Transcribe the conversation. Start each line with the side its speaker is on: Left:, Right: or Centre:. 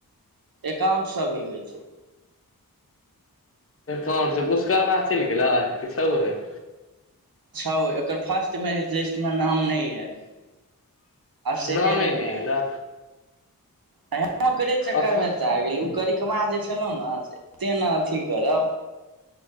Right: एकाउंट सब भी होइ छै
Left: छै पुस्करबा चलि गेलै कि छउहे
Right: छउ एकर फर्स्ट मैच इ मे नाम नहि ऐल सेकेंड
Left: नामे नहि
Right: मे
Left: एलै
Right: ऐं यौ ओकरे चक्करमे
Left: अखन
Right: एतऽ आ गेलहु ओ करिकबा जे छलहुँ ने से एते ने अथी करउ